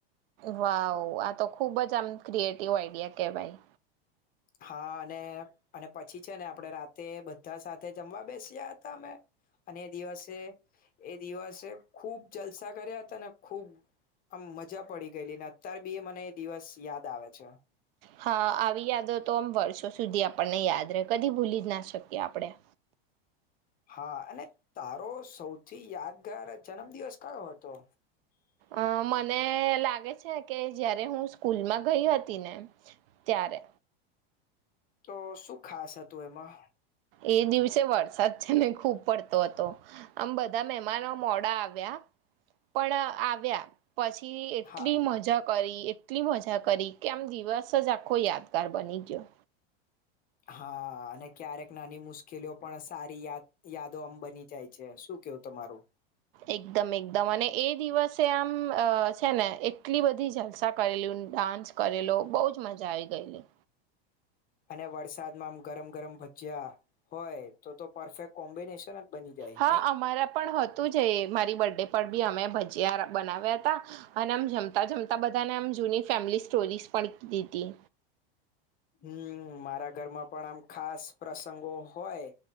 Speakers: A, on the right (about 70°); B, on the left (about 30°).
A: વાહ આ તો ખુબ જ આમ ક્રિએટિવ આઈડિયા કે ભાઈ
B: હા અને અને પછી છે ને આપણે રાતે બધા સાથે જમવા બેસ્યા હતા અમે અને એ દિવસે એ દિવસે ખૂબ જલસા કર્યા હતા ને ખૂબ આમ મજા પડી ગયેલી ને અત્યાર બી એ મને એ દિવસ યાદ આવે છે
A: હા આવી યાદો તો આમ વર્ષો સુધી આપણને યાદ રહે કદી ભૂલી જ ના શકીએ આપણેે
B: હા અને તારો સૌથી યાદગાર જન્મદિવસ કયો હતો
A: અ મને લાગે છે કે જયારે હું સ્કૂલમાં ગઈ હતી ને ત્યારે
B: તો શું ખાસ હતું એમાં
A: એ દિવસે વરસાદ છે મેને ખૂબ પડતો હતો આમ બધા મહેમાનો મોડા આવ્યા પણ આવ્યા પછી એટલી
B: હા
A: મજા કરી એટલી મજા કરી કે આમ દિવસ જ આખો યાદગાર બની ગયો
B: હા અને ક્યારેક નાની મુશ્કેલીઓ પણ સારી યાદ યાદો આમ બની જાય છે શું કેવું તમારું
A: એકદમ એકદમ અને એ દિવસે આમ છે ને એટલી બધી જલસા કરેલી ડાન્સ કરેલો બહજ મજા આવી ગયેલી
B: અને વરસાદમાં આમ ગરમ ગરમ ભજીયા હોય તો તો પરફેક્ટ કોમ્બિનેશન બની જાય
A: હા
B: નહી
A: અમારા પણ હતું જ મારી બર્થડે પર બી અમે બનાવ્યા હતા અને આમ જમતા જમતા બધાને આમ જૂની ફેમિલી સ્ટોરીઝ પણ કીીી
B: હમ મારા ઘરમાં પણ આમ ખાસ પ્રસંગો હોય